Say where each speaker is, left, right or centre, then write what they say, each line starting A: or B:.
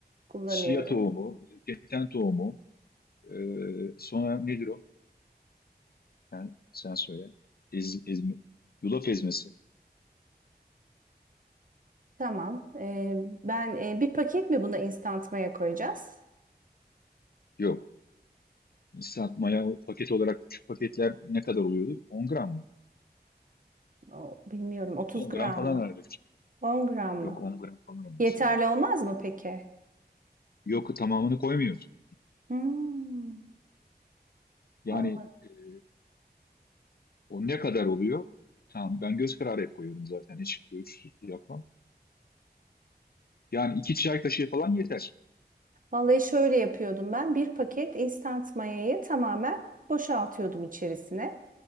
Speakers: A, on the right; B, on the left.
A: kullanıyorum.
B: Chia tohumu, keten tohumu, e, sonra nedir o? Sen, sen söyle. Ez, ezme, yulaf ezmesi.
A: Tamam. Ee, ben e, bir paket mi buna instant maya koyacağız?
B: Yok. Instant maya paket olarak küçük paketler ne kadar oluyordu? 10 gram mı?
A: O, Bilmiyorum. 30
B: 10
A: gram
B: gram falan
A: mı?
B: herhalde.
A: 10 gram mı?
B: Yok 10 gram falan olması
A: Yeterli
B: lazım.
A: olmaz mı peki?
B: Yok tamamını koymuyorsun.
A: Hmm,
B: Yani
A: olmaz.
B: e, o ne kadar oluyor? Tamam ben göz kararı hep koyuyorum zaten. Hiç ölçüsüz yapmam. Yani iki çay kaşığı falan yeter.
A: Vallahi şöyle yapıyordum ben. Bir paket instant mayayı tamamen boşaltıyordum içerisine.